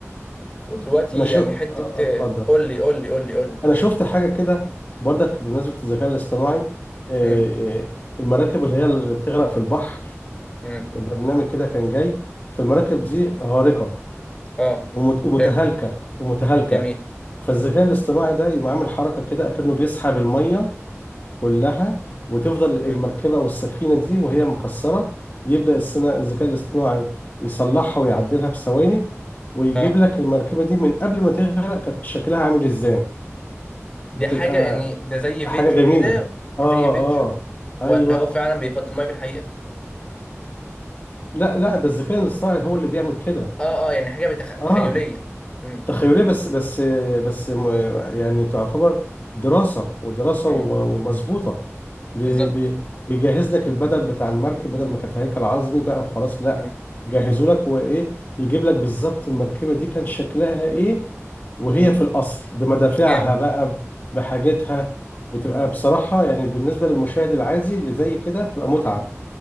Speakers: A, on the left; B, on the left.
A: ودلوقتي
B: أنا شو
A: يعني
B: أ-
A: حته
B: أتفضل
A: آه، قول لي قول لي قول لي قول لي
B: أنا شفت حاجة كده برضك بمناسبة الذكاء الاصطناعي آه،
A: مم،
B: آه، المراكب اللي هي اللي بتغرق في البحر
A: مم،
B: برنامج كده كان جاي فالمراكب دي غارقة
A: اه
B: ومت- ومتهالكه
A: حلو
B: ومتهالكه
A: جميل
B: فالذكاء الاصطناعي ده يقوم عامل حركه كده اكنه بيسحب الميه كلها وتفضل المركبه
A: مم.
B: والسفينه دي وهي مكسره يبدا الصنا- الذكاء الاصطناعي يصلحها ويعدلها في ثواني ويجيب
A: اه
B: لك المركبه دي من قبل ما تغرق كانت شكلها عامل ازاي
A: دي
B: بتبقى
A: حاجة يعني ده زي
B: حاجه
A: فيديو
B: جميله
A: كده
B: اه
A: زي فيديو
B: اه ايوه
A: ولا هو فعلا بيفضي المية في الحقيقة
B: لا لا ده
A: مم.
B: الذكاء الاصطناعي هو اللي بيعمل كده
A: اه اه يعني حاجة بتخ... تخيلية
B: اه
A: مم.
B: تخيلية بس بس بس م- يعني تعتبر دراسة ودراسة
A: مم.
B: و- ومظبوطة بي-
A: بالظبط
B: بي- بيجهز لك البدن بتاع المركب بدل ما كانت هيكل عظمي بقى وخلاص لا
A: مم.
B: جهزوا لك وإيه يجيب لك بالظبط المركبة دي كان شكلها إيه وهي
A: مم.
B: في الأصل بمدافعها
A: جامد
B: بقى بحاجتها بتبقى
A: مم.
B: بصراحة يعني بالنسبة للمشاهد العادي اللي زي كده بتبقى متعة
A: مم.